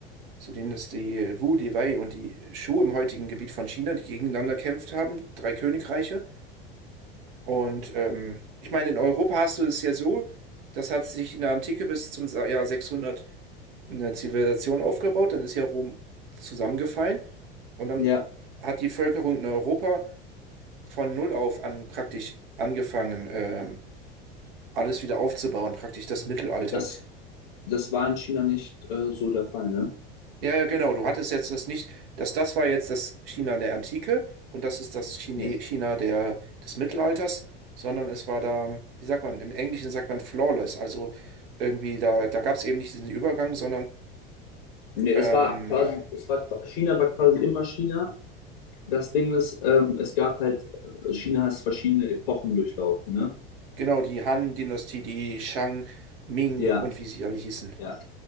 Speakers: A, on the right; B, on the left.
A: zu denen es die Wu, die Wei und die Shu im heutigen Gebiet von China, die gegeneinander gekämpft haben, drei Königreiche. Und ähm, ich meine, in Europa hast du es ja so, das hat sich in der Antike bis zum Sa- Jahr 600 eine Zivilisation aufgebaut, dann ist ja Rom zusammengefallen und dann
B: Ja,
A: hat die Völkerung in Europa von null auf an praktisch angefangen, ähm, alles wieder aufzubauen, praktisch das Mittelalter.
B: das, das war in China nicht äh, so der Fall, ne?
A: Ja, ja, genau. Du hattest jetzt das nicht, dass das war jetzt das China der Antike und das ist das Chine,
B: Nee.
A: China der, des Mittelalters, sondern es war da, wie sagt man, im Englischen sagt man flawless. Also irgendwie, da, da gab es eben nicht diesen Übergang, sondern
B: Nee, es
A: ähm,
B: war quasi, es war, China war quasi immer China. Das Ding ist, ähm, es gab halt, äh, China hat verschiedene Epochen durchlaufen, ne?
A: genau die Han-Dynastie, die Shang, Ming
B: Ja,
A: und wie sie alle hießen.
B: ja,